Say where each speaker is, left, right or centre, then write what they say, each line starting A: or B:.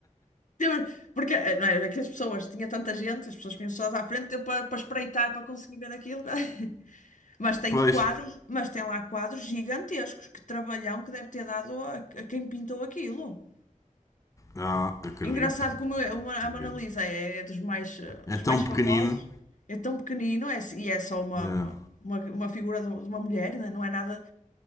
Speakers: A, on the left; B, on the left.
A: Temos- Porque eh, não é, é que as pessoas, tinha tanta gente, as pessoas tinham só à frente tempo para, para espreitar, para conseguir ver aquilo. <laughs> Mas tem
B: pois.
A: quadros, mas tem lá quadros gigantescos, que trabalhão que deve ter dado a, a quem pintou aquilo.
B: Ah, acredito.
A: Engraçado como é uma-
B: acredito.
A: a Mona Lisa é dos mais, eh,
B: É
A: dos
B: tão
A: mais
B: pequenino.
A: famosos, é tão pequenino, é, e é só uma,
B: É,
A: uma, uma, uma figura de de uma mulher, né? Não é nada,